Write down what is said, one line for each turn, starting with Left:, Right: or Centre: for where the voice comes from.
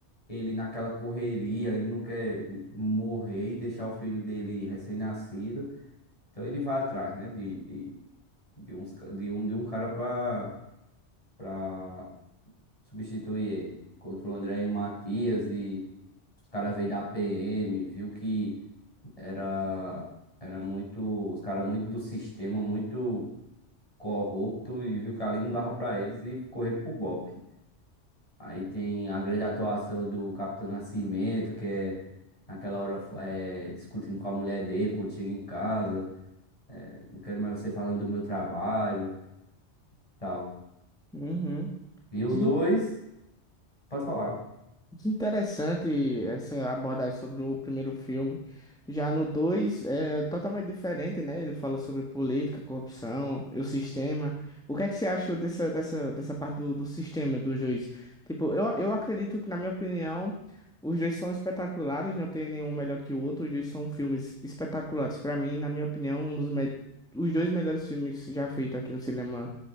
Left: ele naquela correria, ele não quer morrer e deixar o filho dele recém-nascido. Então ele vai atrás, né, de, de, de, uns, ca- de, um, de um cara para para substituir ele. Encontrou o André e o Matias e os caras veio da PM, viu que era, era muito, os caras muito do sistema, muito corrupto e viu que ali não dava pra eles e correram pro BOPE. Aí tem a grande atuação do Capitão Nascimento, que é naquela hora é, discutindo com a mulher dele quando chega em casa. é, não quero mais você falando do meu trabalho, tal.
Centre: Uhum.
Left: E o
Centre: Que
Left: dois, pode falar.
Centre: Que interessante essa abordagem sobre o primeiro filme. Já no 2 é totalmente diferente, né? Ele fala sobre política, corrupção e o sistema. O que é que você achou dessa, dessa, dessa parte do, do sistema dos dois? Tipo, eu, eu acredito que, na minha opinião, os dois são espetaculares, não tem nenhum melhor que o outro. Os dois são filmes espetaculares. Para mim, na minha opinião, um dos me... os dois melhores filmes já feitos aqui no cinema